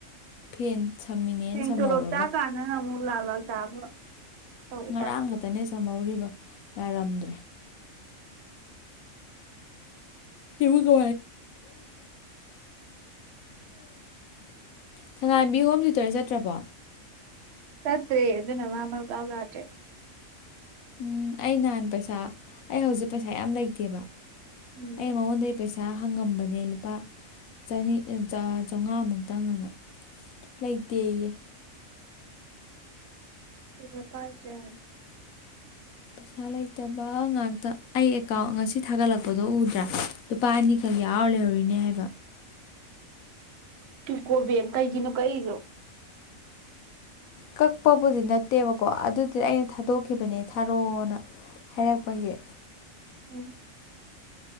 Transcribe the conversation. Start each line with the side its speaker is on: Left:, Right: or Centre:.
Left: ꯐꯦꯟ ꯁꯝꯃꯤꯅꯦꯅ
Right: ꯍ
Left: ꯁꯝꯍꯧꯔꯒ
Right: ꯀ ꯔꯣꯕ ꯇ ꯀꯥꯟꯅ ꯂ ꯂꯥꯛ ꯇꯥꯕ ꯇꯧꯕ
Left: ꯉꯔꯥꯡ
Right: ꯑꯗꯨ
Left: ꯈꯛꯇꯅꯦ ꯁꯝꯍꯧꯔꯤꯕ ꯌꯥꯔꯝꯗ꯭ꯔꯦ ꯍꯕꯨ ꯀ ꯊꯪꯉꯥꯏꯝꯕꯤ ꯍꯣꯝ ꯊꯌꯨꯇꯔ ꯆꯠꯇ꯭ꯔꯕꯣ
Right: ꯁꯠꯇꯦ ꯑꯗꯨꯅ ꯃꯥꯃ ꯄꯕꯇꯦ
Left: ꯎꯝ ꯑꯩ ꯅꯍꯥꯟ ꯄꯩꯁꯥ ꯑꯩ ꯍꯧꯖꯤꯛ ꯄꯩꯁꯥ ꯌꯥꯝ ꯂꯩꯇꯦꯕ
Right: ꯎꯝ
Left: ꯑꯦ ꯃꯕꯨꯗꯔꯦ ꯄꯁ ꯄꯩꯁꯥ ꯍꯪꯉꯝꯕꯅꯦ ꯂꯨꯄꯥ ꯆꯅꯤ ꯆꯥꯝꯃꯉꯥꯃꯨꯛꯇꯪꯅꯅ ꯂꯩꯇꯦꯌꯦ
Right: ꯄ ꯄꯖ
Left: ꯄꯩꯁꯥ ꯂꯩꯇꯕ ꯉꯥꯛꯇ ꯑꯩ ꯑꯦꯀꯥꯎꯟ ꯉꯁꯤ ꯊꯥꯒꯠꯂꯛꯄꯗꯣ ꯎꯗ꯭ꯔꯥ ꯂꯨꯄꯥ ꯑꯅꯤꯈꯛ ꯌꯥꯎꯔ ꯂꯩꯍꯧꯔꯤꯅꯦ ꯍꯥꯏꯕ꯫
Right: <unintelligible> ꯀꯩꯒꯤꯅꯣ ꯀꯛꯏꯗꯣ꯫
Left: ꯀꯛꯄꯕꯨꯗꯤ ꯅꯠꯇꯦꯕꯀꯣ ꯑꯗꯨꯗꯤ ꯑꯩꯅ ꯊꯥꯗꯣꯛꯈꯤꯕꯅꯦ ꯊꯥꯔꯣꯅ ꯍꯥꯏꯔꯛꯄꯒꯤ꯫
Right: ꯎꯝ꯫